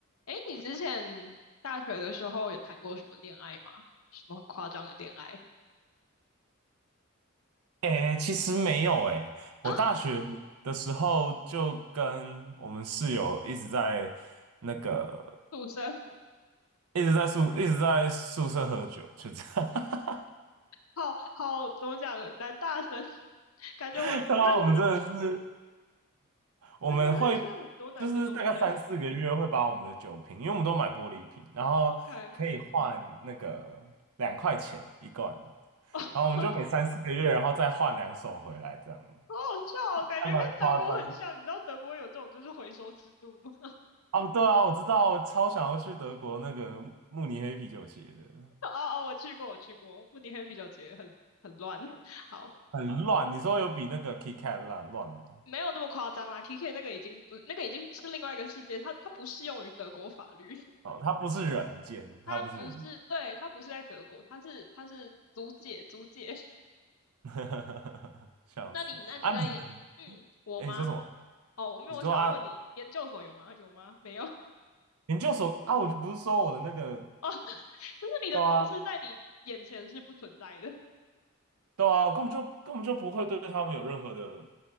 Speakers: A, on the left; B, on the right.
A: 哎，你之前大学的时候有谈过什么恋爱吗？什么很夸张的恋爱？
B: 诶，其实没有诶，
A: 啊？
B: 我大学的时候就跟我们室友一直在那个
A: 赌神，
B: 一直在宿一直在宿舍喝酒，就这样。
A: 好好，怎么讲？男大神，<laughs> 感觉我认识，
B: <laughs> 对啊，我们真的是，我们会
A: 感觉我认识很多男生都是这样。
B: 就是大概三四个月会把我们的酒瓶，因为我们都买玻璃瓶，然后可以换那个两块钱一罐，
A: OK，<laughs> 哦，
B: 然后我们就每三四个月，
A: 好
B: 然后再换两手回来，这样
A: 好笑哦，感觉跟德国很像。
B: 还蛮夸张
A: 你知道德国有这种就是回收制度吗？<laughs>
B: 哦，对啊，我知道，我超想要去德国那个慕尼黑啤酒节的，
A: 哦哦，我去过，我去过，慕尼黑啤酒节很很乱。<laughs> 好。
B: 很啊乱。你说有比那个 KitKat 乱乱吗？
A: 没有那么夸张啦，K K 那个已经不，那个已经不是另外一个世界，它它不适用于德国法律。
B: 哦，它不是人间，
A: 他不是，
B: 它不是人，
A: 对，他不是在德国，他是他是租借租借。<laughs>
B: <laughs> 笑死啊！
A: 那你那你在研，
B: 你的，
A: 嗯，我吗？
B: 哎，你说什么？
A: 哦，我没有，
B: 你说啊，
A: 我想要问你，研究所有吗？有吗？没有。<laughs>
B: 研究所啊，我就不是说我的那个，
A: 哦，就是你的同事在你眼前是不存在的
B: 对啊，
A: <laughs>
B: 对啊，我根本就根本就不会对他们有任何的